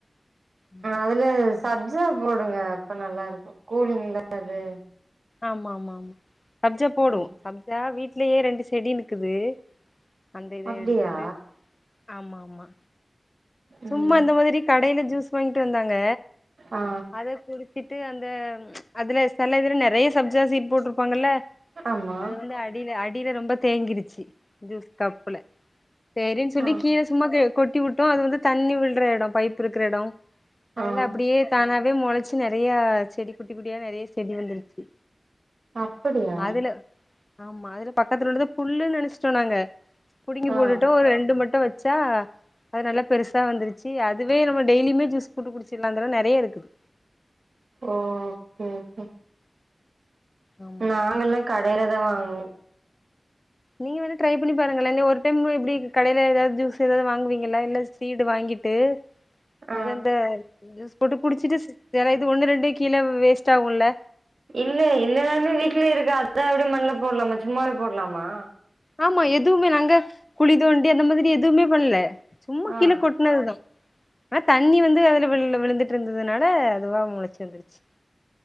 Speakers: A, on the left (about 35°); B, on the right (about 85°).
A: ம்
B: அதுல சாப்ஜா போடுங்க அப்ப நல்லா இருக்கும் கூலிங்கு இல்ல அது
A: ஆமா ஆமா ஆமா சப்ஜா போடுவோம்
B: ம்
A: சப்ஜா வீட்லயே ரெண்டு செடி நிக்குது அந்த இத
B: அப்டியா
A: எடுத்துட்டு ஆமா ஆமா சும்மா
B: ம்
A: அந்த மாதிரி கடையில ஜிஸ் வாங்கிட்டு வந்தாங்க
B: ஆ
A: அத குடிச்சிட்டு அந்த அதுல சில இதுல நிறைய சப்ஜியா சீட்டு போட்டு இருப்பாங்கல்ல
B: ஆமா
A: அது வந்து அடியில அடியில ரொம்ப தேங்கிடுச்சி ஜுஸ் கப்புல சேரின்னு சொல்லி
B: ஆ
A: கீழே சும்மா கொட்டி விட்டோம் அது வந்து தண்ணி விழுற இடம் பைப்பு இருக்கிற இடம் அது
B: ஆ
A: எல்லாம் அப்படியே தானாவே முளைச்சு நிறைய செடி குட்டி குட்டியா நிறைய செடி வந்துருச்சு
B: அப்படியா
A: அதுல ஆமா அதுல பக்கத்துல உள்ளது புல்லுன்னு நினைச்சுட்டோம் நாங்க புடுங்கி போட்டுட்டு
B: ஆ
A: ஒரு ரெண்டு மட்டும் வச்சா அது நல்லா பெருசா வந்துருச்சு அதுவே நம்ம டெய்லியுமே ஜீஸ் போட்டு குடிச்சிடலாம் அந்த அளவு நிறைய இருக்குது
B: ஓகே ஒகே
A: ஆமா
B: நாங்க எல்லாம் கடையில தான் வாங்குவோம்
A: நீங்கள் வேணா ட்ரை பண்ணி பாருங்களே இன்னும் ஒரு டைம் இப்டி கடையில் எதாவது ஜீஸ் ஏதாவது வாங்குவீங்கள இல்லை சீட் வாங்கிட்டு <inaudible>
B: ஆ
A: அது அந்த ஜுஸ் போட்டு குடிச்சிட்டு சில இது ஒண்ணு ரெண்டு கீழே வி வேஸ்ட் ஆகும்ல
B: இல்லை இல்லைனாலுமே வீட்லயே இருக்குது அதான் அப்டியே மண்ணல போடலாமா சும்மா வே போடலாமா
A: ஆமா எதுவுமே நாங்க குழி தோண்டி அந்த மாதிரி எதுவுமே பண்ணல சும்மா
B: ஆ
A: கீழே கொட் ஆனது தான் ஆனா தண்ணி வந்து அதுல விழுந்துட்டு இருந்ததுனால அதுவா முளைச்சு வந்துருச்சு